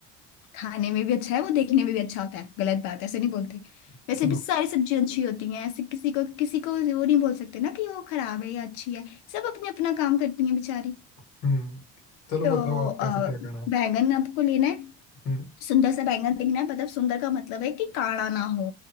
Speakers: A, on the left; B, on the left.
A: खाने में भी अच्छा है वो देखने में भी अच्छा होता है गलत बात है ऐसे नहीं बोलते
B: चलो
A: वैसे भी सारी सब्जियां अच्छी होती हैं ऐसे किसी को किसी को वो नहीं बोल सकते ना कि वो खराब है या अच्छी है सब अपने अपना काम करती हैं बेचारी
B: हम्म चलो
A: तो
B: बताओ आप
A: अ,
B: कैसे क्या करना है
A: बैंगन आपको लेना है
B: हम्म
A: सुंदर सा बैंगन दिखना है मतलब सुंदर का मतलब है कि काड़ा ना हो